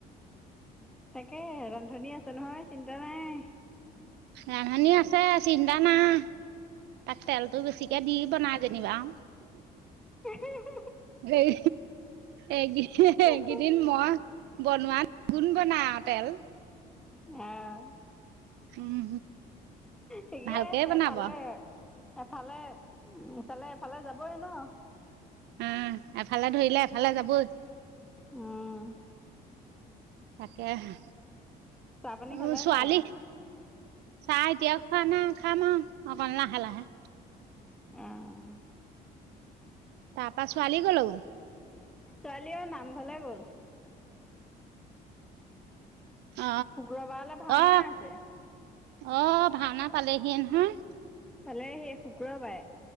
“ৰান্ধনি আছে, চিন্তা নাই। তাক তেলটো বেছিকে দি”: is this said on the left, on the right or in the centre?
Right